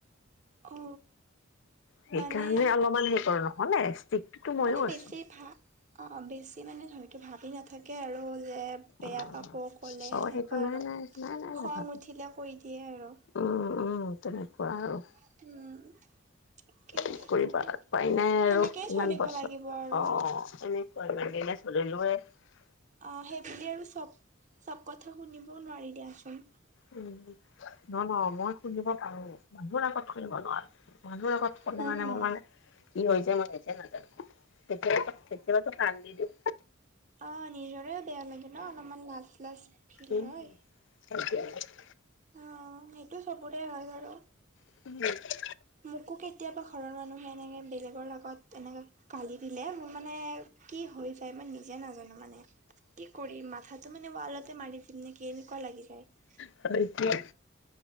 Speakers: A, on the right; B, on the left.
A: অ
B: সেইকাৰণে
A: মানে
B: অলপমান হেৰি নহ'লে ষ্ট্ৰিক্টটো মইয়ো
A: মানে বেছি
B: আছো।
A: ভা অ অ বেছি মানে ধৰি এইটো ভাবি নাথা কে আৰু যে বেয়া
B: অ
A: পাব ক'লে
B: অ
A: সেনেকুৱা
B: সেইটো নাই
A: আৰু
B: নাই নাই নাই
A: খং
B: নাভাবে
A: উঠিলে কৈ সেয়াই আৰু।
B: উম উম তেনেকুৱা আৰু।
A: উম একে
B: কি
A: একো
B: কৰিব
A: নাই
B: উপাই নাই আৰু
A: সেনেকেই
B: ইমান
A: চলিব
B: বছৰ
A: লাগিব আৰু
B: অ' এনে <unintelligible>
A: অঁ সেইবুলি আৰু চব চব কথা শুনিবও নোৱাৰি দিয়াচোন।
B: অঁ মই শুনিব পাৰো। মোৰ আগত শুনিব নোৱাৰো। মানুহৰ আগত ক'লে
A: হম
B: মানে
A: হম
B: মোৰ মানে কি হৈ যায় মই যে নাজানো। কেতিয়া কেতিয়াবা কেতিযাবাতো কান্দি দওঁ।
A: অঁ নিজৰে বেয়া লাগে ন অলপমান লাজ লাজ ফিল
B: উম
A: হয়।
B: <inaudible>
A: অঁ সেইটো চবৰে হয় বাৰু।
B: <inaudible>
A: মোকো কেতিয়াবা ঘৰৰ মানুহে এনেকে বেলেগৰ লগত এনেকে গালি দিলে মোৰ মানে কি হৈ য়াই, মই নিজে নাজানো মানে, কি কৰিম মাথা তো মানে ৱালতে মাৰি দিম নেকি, এনেকুৱা লাগি যায়।
B: হয় দিয়া।